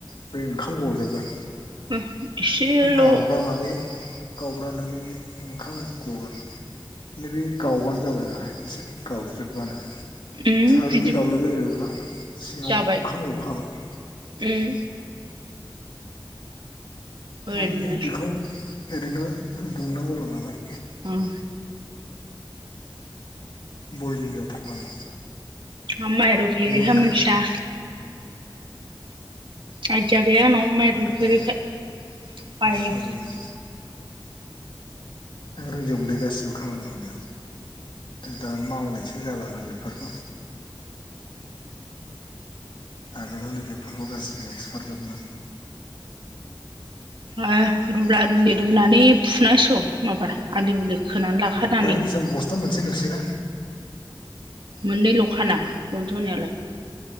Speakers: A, on the left; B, on the right.
A: बै ओंखाम गजोबगोन।
B: <inaudible> एसेल' उम
A: गावब्रानानै गावब्रनानै ओंखाम गगोन नैबे गावबानो जाबायब्रा। एसे गावज्रिदबानो सायाव
B: उम बिदि
A: जुदि गावलायलायबायब्ला सिङाव
B: जाबाय
A: ओंखाम गखाबाय। <inaudible>
B: उम ओरैनो
A: माने नों बेखौ ओरैनो दुंनांगौल' नालाय
B: उम
A: बयलिं जाथारनांगौ
B: मा माइ रुफेरिहाय
A: मोनखा
B: मोनथिया। आयदिया गैया आंनाव माइ रुफेरैखाय
A: गोदो
B: बायो
A: आसु
B: आं।
A: रुनाय आं रोंजोबगौलै गासिबो खामानिखौनो। दा मावनायसो जालाना बेफोरखौ आगोलावलाय बेफोरखौ गासिबो एक्सफार्टजोबमोन। <inaudible>
B: ओ रुला-रुलि रुनानै फुनां सिगौ माबार आलि-उलि खोनानै लाखानानै।
A: बाहाय बेसेबां बस्था मोनसे लुसैना
B: मोननैल' खाना रनज'नायालाय